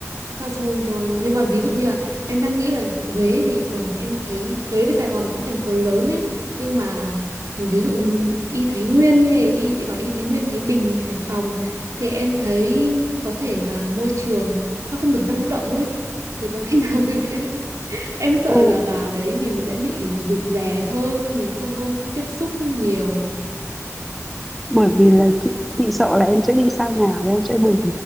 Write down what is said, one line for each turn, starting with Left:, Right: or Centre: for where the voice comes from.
Right: xa xôi vâng. Nhưng mà ví dụ như là em đang nghĩ là Huế thì còn em thấy Huế với Sài Gòn cũng thành phố lớn ấy. Nhưng mà ví dụ như Y Thái Nguyên hay Y chị bảo Y Thái Nguyên, Thái Bình, Hải Phòng thì em thấy có thể là môi trường nó không được năng động ấy. Thì có khi nào <laughs> Em sợ
Centre: ừ
Right: là vào đấy mình sẽ bị rụt rè hơn, mình không có tiếp xúc nhiều.
Centre: bởi vì là chị chị sợ là em sẽ đi xa nhà và em sẽ buồn